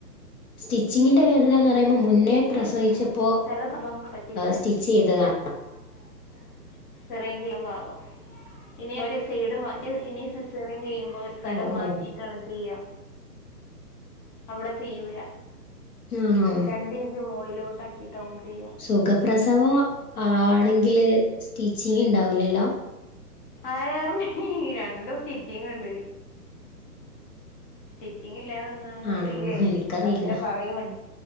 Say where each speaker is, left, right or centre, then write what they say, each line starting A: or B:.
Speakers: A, on the left; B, on the left.
A: സ്റ്റിച്ചിങ്ങിന്റെ വേദന എന്ന് പറയുമ്പോൾ മുന്നേ
B: പിന്നെ
A: പ്രസവിച്ചപ്പോ
B: ചില സംഭവങ്ങൾ പറ്റില്ല അങ്ങനൊക്കെ
A: സ്റ്റിച്ച് ചെയ്തതാണ്
B: <unintelligible> സിസേറിയൻ ചെയ്യുമ്പോ ആകും ഇനി അവര് സൈഡ് മാ ഇ ഇനി സിസേറിയൻ ചെയ്യുമ്പോൾ അവരു സ്ഥലം
A: ഓഹ്
B: മാറ്റി
A: ഓഹ്
B: യിട്ടാണാ ചെയ്യാ അവിടെ ചെയ്യൂല
A: ആണോ
B: രണ്ട് ഇഞ്ച് മോളിലോട്ടാക്കിയിട്ട് ആവും ചെയ്യുക
A: സുഖപ്രസവം ആണെങ്കില് സ്റ്റിച്ചിങ് ഉണ്ടാവില്ലല്ലോ
B: ആരാ പറഞ്ഞെ ഈ രണ്ട് സ്റ്റിച്ചിങ് ഉണ്ട് സ്റ്റിച്ചിങ് ഇല്ലാതെ ഒന്നാണ്
A: ആണോ
B: ന്നയ്ലെ
A: എനിക്കറിയില്ല
B: എന്നാ പിന്നെ പറയു വാണ്ട്